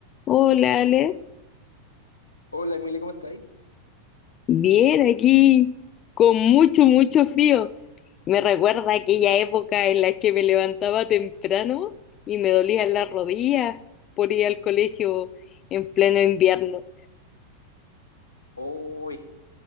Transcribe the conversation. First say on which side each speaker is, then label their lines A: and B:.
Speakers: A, on the left (about 30°); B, on the left (about 80°).
A: Hola, Ale.
B: Hola Emilia, ¿cómo estáis?
A: Bien, aquí con mucho, mucho frío. Me recuerda aquella época en la que me levantaba temprano y me dolían las rodillas por ir al colegio en pleno invierno.
B: Hoy,